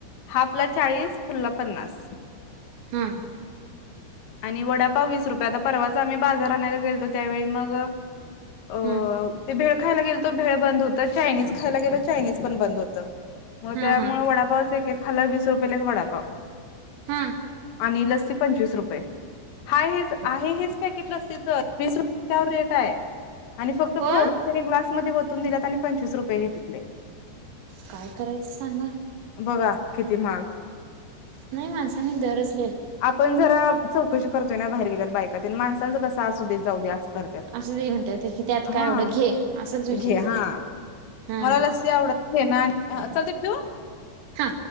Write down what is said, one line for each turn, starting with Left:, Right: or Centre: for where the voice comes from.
Left: हाफ ला चाळीस फुल ला पन्नास....
Right: हां....
Left: आणि वडापाव वीस रुपये आता परवाच आम्ही बाजार आणायला गेलतो त्यावेळी मग... ह <inaudible>
Right: हम्म...
Left: ते भेळ खायला गेलतो भेळ बंद होत चायनीज खायला गेलो चायनीज पण बंद होत... मग
Right: हा
Left: त्यामुळ
Right: हा
Left: वडापावच एक खाला वीस रुपयेला एक वडापाव...
Right: हा...
Left: आणि लस्सी पंचवीस रुपये... हाय हेच आहे हेच पॅकेट लस्सीच तर वीस रुपय त्यावर रेट आहे... आणि फक्त
Right: हो
Left: फोडून जरी ग्लासमध्ये वतून दिल्या त्यां आणि पंचवीस रुपये घेतले...
Right: काय करायचं सांगा?
Left: बघा किती महाग....
Right: नाही माणसानी दरज...
Left: आपण जरा चौकशी करतोय ना बाहेर गेल्यावर बायकात माणसांच कस... हा अस दे जाऊ दे अस करत
Right: असं ते म्हणतात की त्यात
Left: हा
Right: काय एवढं घे असाच विषय
Left: घे
Right: करतात
Left: हा....
Right: हा
Left: मला लस्सी आवडत ना आणि चलते पू...
Right: हा....